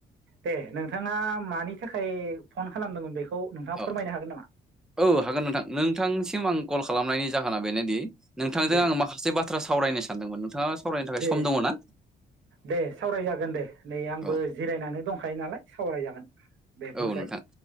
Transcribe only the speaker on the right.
दे नोंथाङा मानि थाखाय फन खालामदोंमोन बेखौ नोंथाङा
फोरमायनो हागोन नामा
दे
दे
दे सावराय जागोन दे नै आंबो
जिरायनानै दं। दंखायो नालाय सावरायजागोन। दे बुंसाय